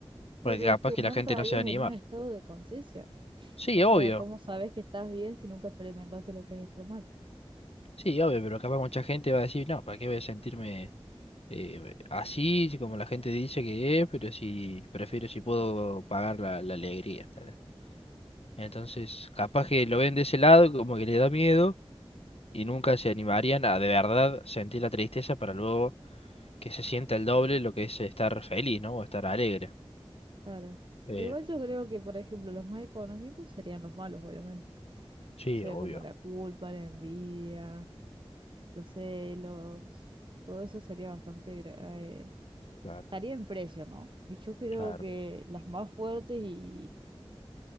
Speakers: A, on the left (about 80°); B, on the right (about 55°).
A: Porque
B: Pero
A: capaz
B: es que
A: que
B: no
A: la
B: entrarías
A: gente no se va a animar.
B: en un estado de conciencia.
A: Sí,
B: O
A: obvio.
B: sea, ¿cómo sabes que estás bien si nunca experimentaste lo que es estar mal?
A: Sí, obvio, pero capaz mucha gente va a decir, no, ¿para qué voy a sentirme eh, así, si como la gente dice que es, pero si prefiero si puedo pagar la, la alegría. ¿entendés? Entonces, capaz que lo ven de ese lado, como que le da miedo, y nunca se animarían a de verdad sentir la tristeza para luego que se sienta el doble lo que es estar feliz, ¿no? O estar alegre.
B: Claro.
A: Eh,
B: Igual yo creo que, por ejemplo, los más económicos serían los malos, obviamente.
A: sí,
B: O sea,
A: obvio.
B: como la culpa, la envidia, los celos, todo eso sería bastante... gra- eh,
A: Claro,
B: estaría en precio, ¿no? Y yo creo
A: claro.
B: que las más fuertes y,